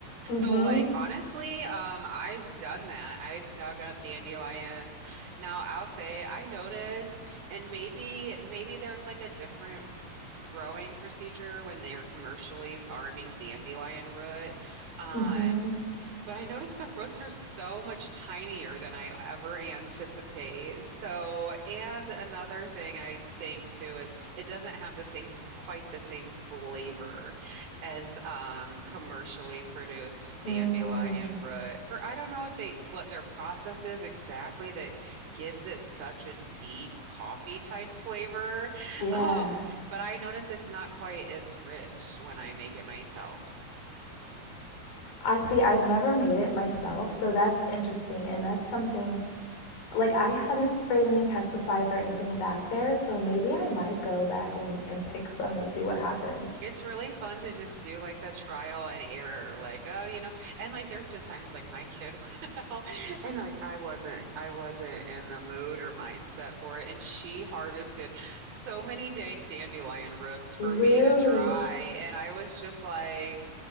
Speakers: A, on the left (about 70°); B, on the right (about 70°).
A: Mm
B: So,
A: hmm.
B: like, honestly, um, I've done that. I've dug up dandelions. Now, I'll say I noticed, and maybe, maybe there's like a different growing procedure when they're commercially farming dandelion root. Um,
A: Mm hmm.
B: But I noticed the roots are so much tinier than I ever anticipate. So, and another thing I think too is it doesn't have the same, quite the same flavor as um, commercially produced dandelion
A: Mm,
B: root. For I don't know if they, what their process is exactly that gives it such a deep coffee type flavor. <laughs>
A: yeah.
B: Um, but I notice it's not quite as rich when I make it myself.
A: I see, I've never made it myself, so that's interesting. And that's something, like, I haven't sprayed any pesticides or anything back there, so maybe I might go back and, and pick some and see what happens.
B: It's really fun to just do like the trial and error, like, oh, you know, and like there's been times like my kid <laughs> went out and like I wasn't, I wasn't in the mood or mindset for it. And she harvested so many dang dandelion roots for
A: Really?
B: me to dry. And I was just like,